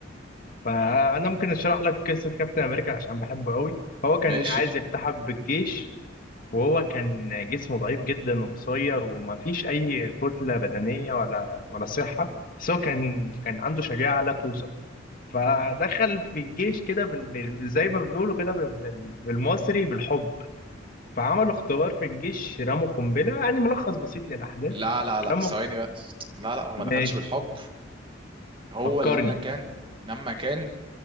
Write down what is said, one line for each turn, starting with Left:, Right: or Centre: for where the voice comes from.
Left: فانا ممكن اشرح لك قصه كابتن امريكا عشان بحبه قوي هو كان
Right: ماشي
Left: عايز يلتحق بالجيش وهو كان جسمه ضعيف جدا وقصير وما فيش اي كتله بدنيه ولا ولا صحه بس هو كان كان عنده شجاعه لا توصف فدخل في الجيش كده بال... بال- زي ما بنقوله كده بال... بال- بالمصري بالحب فعملوا اختبار في الجيش رموا قنبله يعني ملخص بسيط للاحداث
Right: لا لا لا
Left: رموا
Right: ثواني
Left: ق-
Right: بقى لا لا هو ما
Left: ماشي
Right: دخلش بالحب هو
Left: فكرني
Right: لما كان لما كان